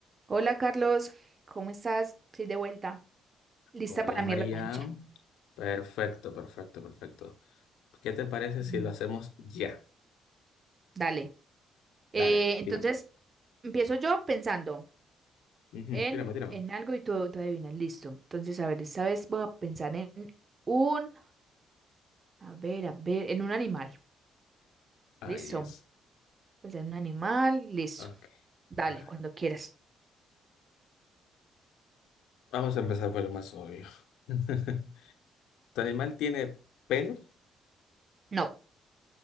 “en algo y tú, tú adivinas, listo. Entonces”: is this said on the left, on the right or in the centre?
Right